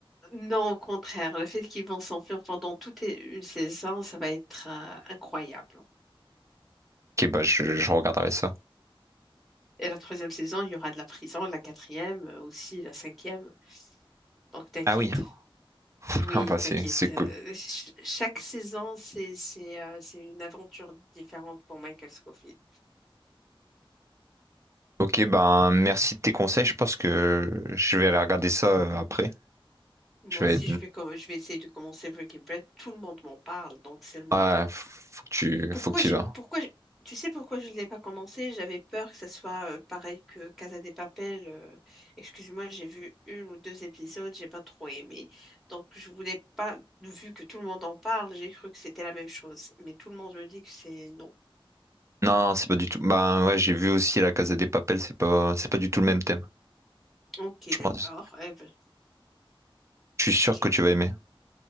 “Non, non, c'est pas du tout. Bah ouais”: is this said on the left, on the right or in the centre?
Right